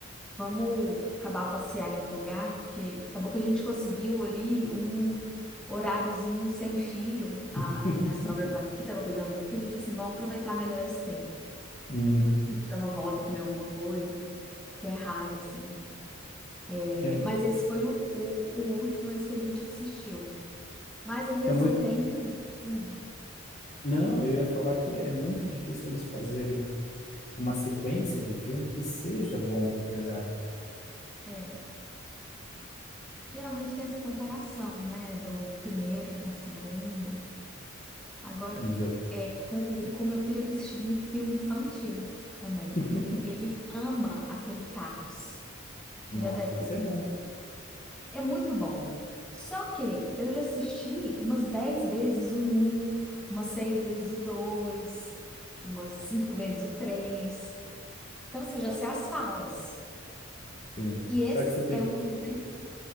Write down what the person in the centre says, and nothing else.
Vamos acabar passear em outro lugar, porque acabou que a gente conseguiu ali um horáriozinho sem filho. A
minha sogra estava aqui, estava cuidando do filho, e disse assim, vamos aproveitar melhor esse tempo.
A gente dá uma volta, comer alguma coisa, que é raro, assim. É,
Mas esse foi o, o, o último mesmo que a gente assistiu. Mas às vezes
eu tenho. hum,
é, geralmente tem essa comparação, né? Do primeiro com o segundo. Agora,
é, com, com meu filho eu tenho assistido muito filme infantil também.
Ele ama aquele Carros. Você
já deve ter
visto.
É muito bom. Só que eu já assisti umas 10 vezes o um umas 6 vezes o dois umas 5 vezes o três Então, você já sei as falas.
E esse
é um exemplo.